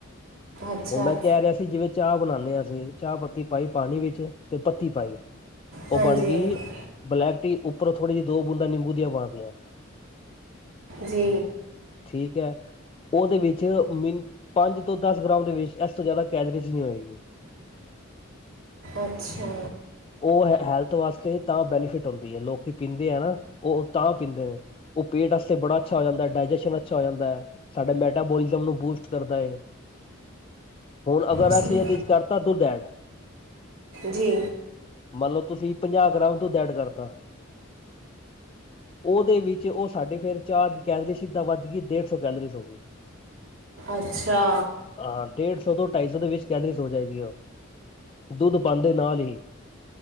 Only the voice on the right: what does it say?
ਅੱਛਾ
ਹਾਂਜੀ
ਹਾਂਜੀ
ਜੀ
ਅੱਛਾ
ਸਹੀ
ਜੀ
ਅੱਛਾ